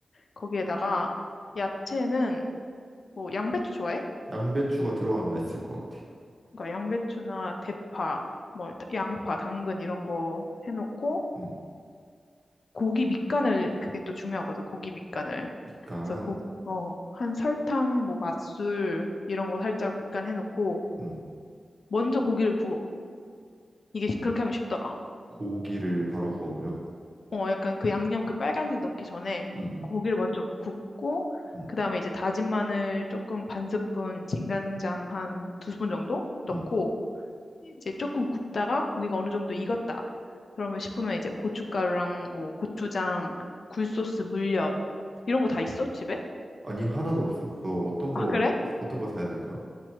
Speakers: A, on the left; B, on the right.
A: 거기에다가 야채는 뭐 양배추 좋아해?
B: 양배추가 들어가면 맛있을 것 같아.
A: 그러니까 양배추나 대파, 뭐 일단 양파, 당근 이런 거 해놓고
B: 음,
A: 고기 밑간을 그게 또 중요하거든. 고기 밑간을.
B: 밑간,
A: 그래서 고, 어, 한 설탕, 뭐 맛술 이런 거 살짝 밑간 해놓고
B: 음,
A: 먼저 고기를 구워. 이게 그렇게 하면 쉽더라.
B: 고기를 바로 구워버려.
A: 어, 약간 그 양념 그 빨간색 넣기 전에
B: 음, 음,
A: 고기를 먼저 굽고
B: 음,
A: 그다음에 이제 다진 마늘 조금 반 스푼, 진간장 한 두 스푼 정도 넣고
B: 음.
A: 이제 조금 굽다가 고기가 어느 정도 익었다. 그러면 싶으면 이제 고춧가루랑 뭐 고추장, 굴소스, 물엿 이런 거 다 있어? 집에?
B: 아니 하나도 없어. 그거 어떤
A: 아,
B: 거
A: 그래?
B: 어떤 거 사야 될까?